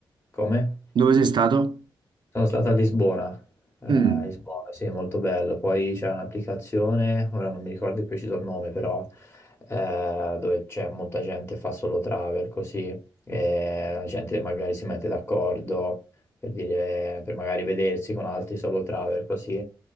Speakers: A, on the left; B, on the right.
A: Come?
B: Dove sei stato?
A: Sono stato a Lisbona, eh, a
B: Mm.
A: Lisbona, sì, molto bello. Poi c'è un'applicazione, ora non mi ricordo il preciso nome, però eh, dove c'è molta gente che fa solo travel così, e la gente magari si mette d'accordo per dire, per magari vedersi con altri solo travel così.